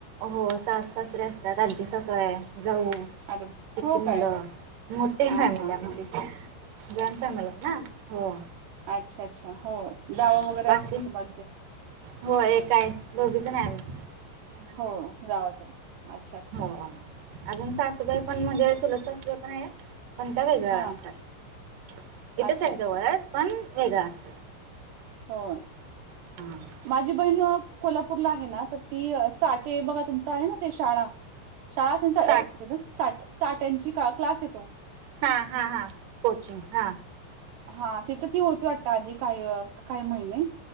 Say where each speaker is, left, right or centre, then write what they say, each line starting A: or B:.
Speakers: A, on the right (about 55°); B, on the right (about 70°).
A: हो सास सासरे असतात आमची सासू आहे जाऊ त्याची
B: आलं हो
A: मुलं
B: काय
A: मोठी
B: हा
A: फॅमिली
B: हा
A: आमची.
B: हा
A: जॉईंट फॅमिली ना हो.
B: अच्छा अच्छा हो
A: हा
B: जावं वगैरे
A: बाकी
B: असतील तुम्हाला ते.
A: हो एकय दोघीचण आम्ही. नणंद
B: हो जावा जाव अच्छा अच्छा
A: अजूनचा आसूबाई पण म्हणजे चलतचा असासूबाई पण आहे. पण त्या वेगळ्या
B: हा
A: असतात इथेच
B: अच्छा अच्छा
A: जवळच पण वेगळं असतं.
B: हो.
A: हा.
B: माझी बहीण कोल्हापूरला आहे ना तर ती चाटे बघा तुमच आहे ना ते शाळा. शाळा अस
A: चाट
B: चाट्यांची क्लास येतो.
A: हा हा हा कोचिंग हा.
B: हा तिथे ती होती वाट आधी काही काही महिने